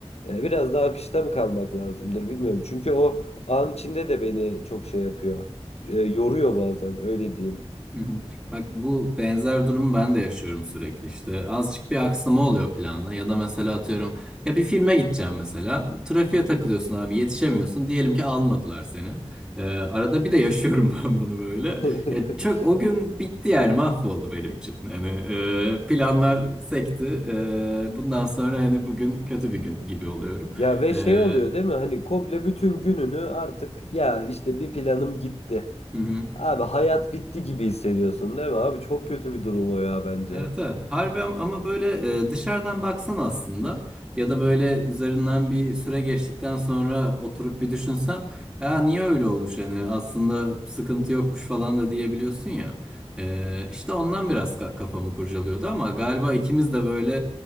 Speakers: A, on the left; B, in the centre.
A: Ee, Biraz daha akışta mı kalmak lazımdır bilmiyorum. Çünkü o an içinde de beni çok şey yapıyor. Ee, Yoruyor bazen öyle diyeyim.
B: Hı hı. Bak bu benzer durumu ben de yaşıyorum sürekli İşte azıcık bir aksama oluyor planda ya da mesela atıyorum ya bir filme gideceğim mesela trafiğe takılıyorsun abi yetişemiyorsun diyelim ki almadılar seni Ee, arada bir de yaşıyorum <laughs> ben bunu böyle
A: <laughs>
B: ya çok o gün bitti yani mahvoldu benim için hani e, planlar sekti E, bundan sonra hani bugün kötü bir gün gibi oluyorum
A: Ya ve
B: E, hı
A: şey oluyor değil mi? Hani komple bütün gününü artık ya işte bir planım gitti.
B: hı.
A: Abi hayat bitti gibi hissediyorsun değil mi? Abi çok kötü bir durum o ya bence.
B: Evet evet harbi am- ama böyle e, dışarıdan baksan aslında ya da böyle üzerinden bir süre geçtikten sonra oturup bir düşünsen ya niye öyle olmuş hani aslında sıkıntı yokmuş falan da diyebiliyorsun ya E, işte ondan biraz ka- kafamı kurcalıyordu ama galiba ikimiz de böyle